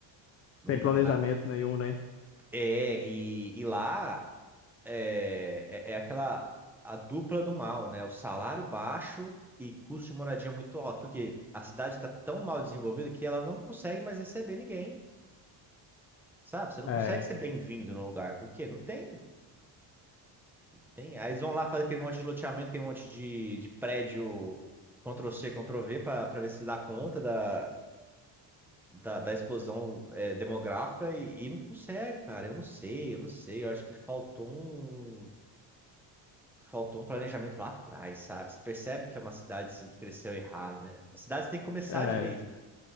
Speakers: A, in the centre; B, on the left.
A: não
B: Sem planejamento
A: dá, cara.
B: nenhum, né?
A: É, e, e lá é, é, é aquela a dupla do mal, né? O salário baixo e custo de moradia muito alto, porque a cidade está tão mal desenvolvida que ela não consegue mais receber ninguém, sabe? Você não
B: É.
A: consegue ser bem-vindo no lugar, porque não tem, tem. Aí eles vão lá fazer aquele monte de loteamento, aquele monte de, de prédio Ctrl-C, Ctrl-V para ver se dá conta da. Da, da explosão é, demográfica e, e não consegue, cara. Eu não sei, eu não sei. Eu acho que faltou um, faltou um planejamento lá atrás, sabe? Você percebe que é uma cidade assim, que cresceu errado, né? As cidades têm que começar
B: É,
A: direito, né?